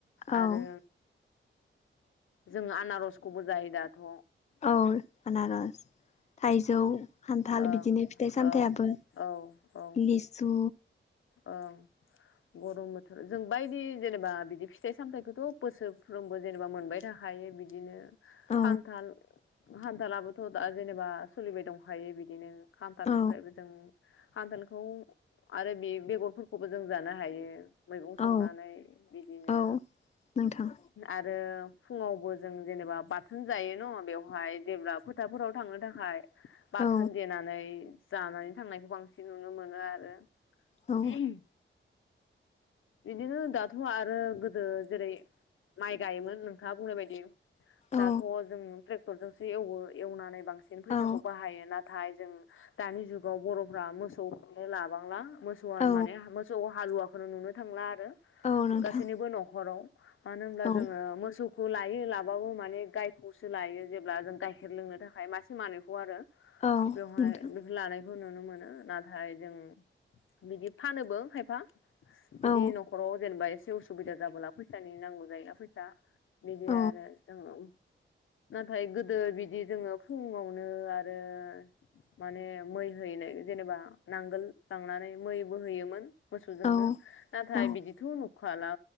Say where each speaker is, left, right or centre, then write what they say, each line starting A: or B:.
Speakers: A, on the left; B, on the left.
A: औ
B: आरो जोंङो आनारसखौबो जायो दाथ'।
A: औ आनारस थाइजौ खान्थाल
B: औ औ
A: बिदिनो फिथाइ सामथायाइयाबो
B: औ औ औ
A: लिसु
B: औ गरम बोथोर जों बायदि जेनेबा बिदि फिथाइ सामथायाइखौथ' बोसोरफ्रोमबो जेनेबा मोनबाय थाखायो। थायो बिदिनो
A: औ
B: खान्थाल खान्थालाबोथ' दा जेनेबा सोलिबाय दंखायो बिदिनो खामथालनिफ्रायबो
A: औ
B: जों खान्थालखौ आरो बे बेगरफोरखौबो जों जानो हायो। मैगं संनानै
A: औ
B: बिदिनो
A: औ नोंथां
B: आरो फुङावबो जों जेनेबा बाथोन जायो न बेवहाय जेब्ला फोथारफोराव थांनो थाखाय बाथोन
A: औ
B: देनानै जानानै थांनायखौ बांसिन नुनो मोनो आरो।
A: औ
B: ए बिदिनो दाथ' आरो गोदो जेरै माइ गायोमोन नोंथाङा बुंनाय बायदि दाथ'
A: औ
B: जों ट्रेक्टरजोंसो एवो एवनानै बांसिन फैसाखौ
A: औ
B: बाहायो नाथाय जों दानि जुगाव बर'फ्रा मोसौलाय लाबांला। मोसौआ
A: औ
B: माने मोसौ हालुवाखौनो नुनो थांला
A: औ नोंथां
B: गासैनिबो नखराव' मानो होमबा
A: औ
B: मोसौ लायो माबाबो माने गायखौसो लायो जेब्ला जों गाइखेर लोंनो थाखाय मासे मानैखौ आरो
A: औ
B: बेवहाय
A: नोंथां
B: लानाय खौ नुनो मोनो नाथाय जों बिदि फानोबो खायफा बिदि
A: औ
B: न'खराव जेनेबा एसे उसुबिदा जाबोला फैसानि नांगौ जायोना फैसा बिदि
A: औ
B: आरो जोङो नाथाय गोदो बिदि जोङो फुङावनो आरो माने मै हैनाय जेनेबा नांगोल लांनानै मै बो होयोमोन मोसौ
A: औ
B: नाथाय
A: औ
B: बिदिथ' नुखाला